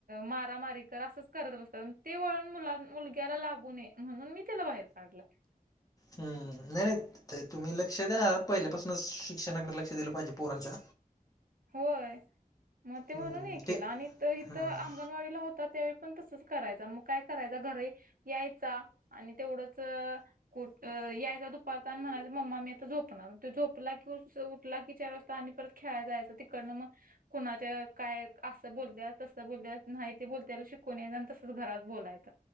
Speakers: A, on the right; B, on the left.
A: मारामारी कर असंच करत बसतात ते वळण मुला मुलग्याला लागू नये म्हणून मी त्याला बाहेर काढलं. <inaudible>
B: हम्म नाही नाही तुम्ही लक्ष द्या पहिल्यापासूनच शिक्षणाकडे लक्ष दिलं पाहिजे पोरांच्या.
A: होय मग ते
B: हम्म
A: म्हणून हे केलं
B: ते
A: आणि तर इथ
B: हम्म
A: अंगणवाडीला होता त्यावेळी पण तसंच करायचं मग काय करायचा घरी यायचा आणि तेवढंच कुठ यायचा दुपारचा आणि म्हणायच मम्मा मी आता झोपणार झोपला की उठला कि चार वाजता आणि परत खेळाला जायचं तिकडंन मग कुणाच्या काय असं बोलत्या तसं बोलत्या नाही ते बोलत्याया शिकून येत आणि तसंच घरात बोलायचं